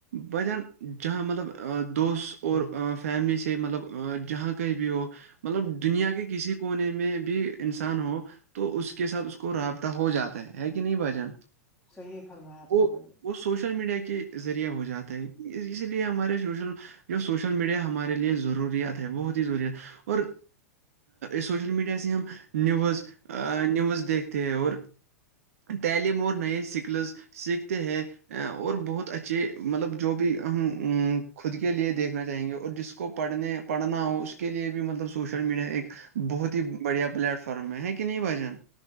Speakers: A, on the right; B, in the centre.
A: بھائی جان جہاں مطلب دوست اور فیملی سے مطلب جہاں کہیں بھی ہو مطلب دنیا کے کسی کونے میں بھی انسان ہو تو اس کے ساتھ اس کو رابطہ ہو جاتا ہے ہے کہ نہیں بھائی جان
B: صحیح فرمایا آپ
A: وہ
B: نے بھائی
A: وہ سوشل میڈیا کے ذریعہ ہو جاتا ہے اسی لیے ہمارے سوشل جو سوشل میڈیا ہمارے لیے ضروریات ہے بہت ضرورت اور سوشل میڈیا سے ہم نیوز نیوز دیکھتے ہیں اور تعلیم اور نئے سکلز سیکھتے ہیں اور بہت اچھے مطلب جو بھی ہم خود کے لیے دیکھنا چاہیں گے اور جس اس کو پڑھنے پڑھنا ہو اس کے لیے بھی مطلب سوشل میڈیا ایک بہت ہی بڑھیا پلیٹفارم ہے ہے کہ نہیں بھائی جان